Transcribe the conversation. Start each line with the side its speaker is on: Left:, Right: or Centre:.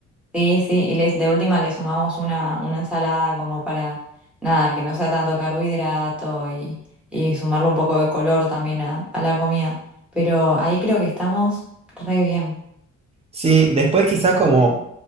Centre: Sí, sí. Y les, de última le sumamos una, una ensalada como para, nada, que no sea tanto carbohidrato y, y sumarle un poco de color también a, a la comida. Pero ahí creo que estamos re bien.
Right: Sí, después quizás como